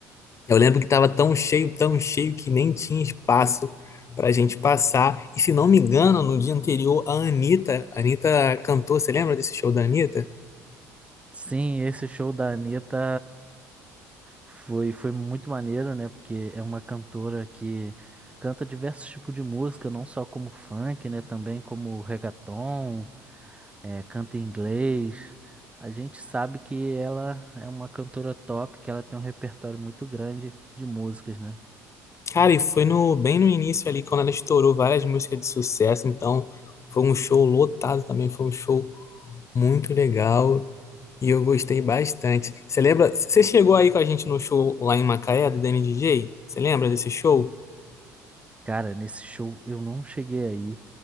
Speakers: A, on the left (about 35°); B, on the right (about 15°).
A: Eu lembro que estava tão cheio, tão cheio, que nem tinha espaço para a gente passar. E se não me engano, no dia anterior, a Anitta, a Anitta cantou. Você lembra desse show da Anitta?
B: Sim, esse show da Anitta foi, foi muito maneiro, né? Porque é uma cantora que canta diversos tipos de música, não só como funk, né? Também como reggaeton, eh, canta em inglês. A gente sabe que ela é uma cantora top, que ela tem um repertório muito grande de músicas, né?
A: Cara, e foi no, bem no início ali, quando ela estourou várias músicas de sucesso, então foi um show lotado também, foi um show muito legal e eu gostei bastante. Você lembra? Você chegou aí com a gente no show lá em Macaé, do DNDJ? Você lembra desse show?
B: Cara, nesse show eu não cheguei aí,